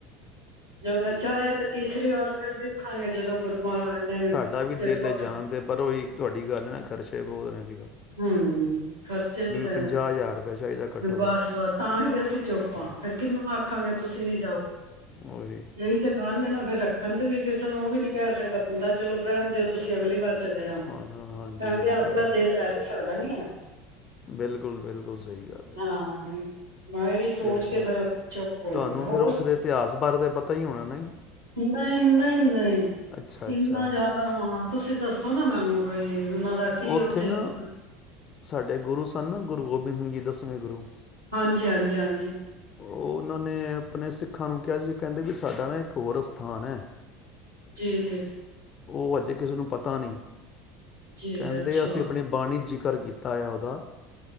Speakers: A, on the right; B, on the left.
A: ਜ ਨੱਚਆ ਤੇ ਤੀਸਰੀ ਵਾਰ ਫਿਰ ਵੀ ਉਖਾਂਗੇ ਜਦੋਂ ਗੁਰੂ ਮਹਾਰਾਜ ਨੇ
B: ਾ ਵੀ ਦਿਲ
A: ਕਿਰਪਾ
B: ਜਾਣ
A: ਕੀ
B: ਤੇ ਪਰ ਉਹੀ ਇੱਕ ਤੁਹਾਡੀ ਗੱਲ ਨਾ ਅੱੇ ਬਹੁਤ ਨੇ ਅੱ ਕੱਲ
A: ਹਮ ਹਮ ਖਰਚੇ ਦੀ ਤਾਂ
B: ਪੰਜਾਹ ਹਜ਼ਾਰ ਰੁਪਏ ਚਾਹੀਦਾ ਘੱਟੋ
A: ਬਸ
B: ਘੱਟ
A: ਬਸ ਤਾਂ ਹੀ ਤੇ ਅਸੀਂ ਚੋਪਾਂ ਫੇਰ ਕਿੰਨੂੰ ਆਖਾਂਗੇ ਤੁਸੀਂ ਨੀ ਜਾਓ
B: ਉਹੀ
A: ਇਹੀ ਤੇ ਗੱਲ ਨਾ ਫਿਰ ਰੱਖਣ ਤੇ ਵੀ ਕਿਸੇ ਨੂੰ ਉਹ ਵੀ ਨੀ ਕਹਿ ਸਕਦਾ ਬੰਦਾ ਚਲੋ ਰਹਿਣ ਦਿਓ ਤੁਸੀਂ ਅਗਲੀ ਵਾਰ ਚਲੇ ਜਾਣਾ
B: ਹਾਂ ਹਾਂ ਹਾਂਜੀ
A: ਕਗੇ
B: ਹਾਂਜੀ
A: ਆਪਲਾ
B: ਫਿਰ
A: ਦਿਲ ਹੈ ਤੇ ਸਾਡਾ ਨੀ ਹੈ।
B: ਬਿਲਕੁਲ ਬਿਲਕੁਲ ਸਹੀ ਗੱਲ ਹੈ
A: ਹਾਂ
B: ਜੀ
A: ਮੈਂ ਇਹੀ ਸੋਚ
B: ਤੇ
A: ਕੇ ਫੇਰ ਚੁੱਪ ਹੋ
B: ਤੁਹਾਨੂੰ
A: ਜਾਦਾ ਹੋਰ
B: ਫਿਰ ਉਓਥੇ ਦੇ ਇਤਿਹਾਸ ਬਾਰੇ ਤੇ ਪਤਾ ਹੀ ਹੋਣਾ ਨਾ
A: ਨਹੀਂ ਨਹੀਂ ਨਹੀਂ
B: ਅੱਛਾ ਅੱਛਾ
A: ਇੰਨਾ ਜ਼ਿਆਦਾ ਹਾਂ ਤੁਸੀਂ ਦੱਸ ਨੂੰ ਮੂੰ ਕੋਈ ਉਹਨਾਂ ਦਾ ਕੀ
B: ਉੱਥੇ ਨਾ
A: ਹੂੰ
B: ਸਾਡੇ ਗੁਰੂ ਸਨ ਗੁਰੂ ਗੋਬਿੰਦ ਸਿੰਘ ਜੀ ਦਸਵੇਂ ਗੁਰੂ
A: ਹਾਂਜੀ ਹਾਂਜੀ ਹਾਂਜੀ
B: ਉਹਨਾਂ ਨੇ ਆਪਣੇ ਸਿੱਖਾਂ ਨੂੰ ਕਿਹਾ ਸੀ ਕਹਿੰਦੇ ਵੀ ਸਾਡਾ ਨਾ ਇੱਕ ਹੋਰ ਅਸਥਾਨ ਹੈ
A: ਜੀ ਜੀ
B: ਉਹ ਅੱਜੇ ਕਿਸੇ ਨੂੰ ਪਤਾ ਨਹੀਂ
A: ਜੀ
B: ਕਹਿੰਦੇ
A: ਅੱਛਾ
B: ਅਸੀਂ ਆਪਣੀ ਬਾਣੀ ਜੀ ਜ਼ਿਕਰ ਕੀਤਾ ਹੈ ਉਹਦਾ